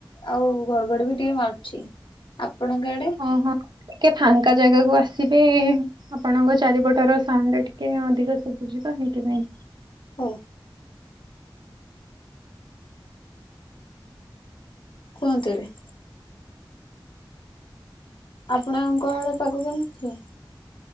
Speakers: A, on the left; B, on the right.
A: ଆଉ ଘଡଘଡ ବି ଟିକେ ମାରୁଚି। ଆପଣଙ୍କ ଆଡେ?
B: ଓହଁ ଟିକେ ଫାଙ୍କା ଜାଗାକୁ ଆସିବେ ଆପଣଙ୍କ ଚାରିପଟର ସାଉଣ୍ଡ ଟା ଟିକେ ଅଧିକ ସୁଭୁଚିତ ହେଇତି ପାଇଁ।
A: ହୋଉ। କୁହନ୍ତୁ ଏବେ। ଆପଣଙ୍କଆଡେ ପଗ କେମିତି?